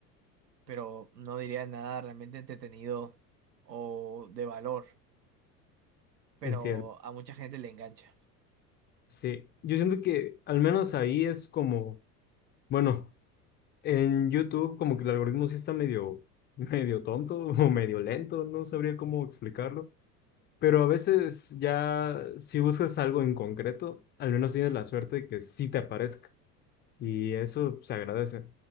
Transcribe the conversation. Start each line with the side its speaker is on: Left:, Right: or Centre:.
Right: pero no diría nada realmente entretenido o de valor pero
Left: entiendo.
Right: a mucha gente le engancha.
Left: Sí, yo siento que al menos ahí es como, bueno, en YouTube como que el algoritmo sí está medio, medio tonto <laughs> o medio lento, no sabría cómo explicarlo, pero a veces ya si buscas algo en concreto, al menos tienes la suerte de que sí te aparezca y eso se agradece.